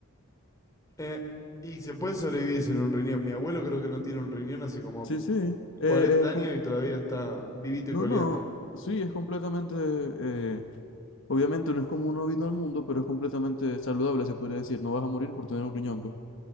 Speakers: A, on the left; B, on the left.
A: Eh, y se puede sobrevivir sin un riñón. Mi abuelo creo que no tiene un riñón hace como
B: Sí, sí. Eh,
A: 40
B: es
A: años
B: com-
A: y todavía está vivito
B: no,
A: y coleando.
B: no. Sí, es completamente eh, Obviamente no es como uno vino al mundo, pero es completamente saludable, se podría decir. No vas a morir por tener un riñón, pues.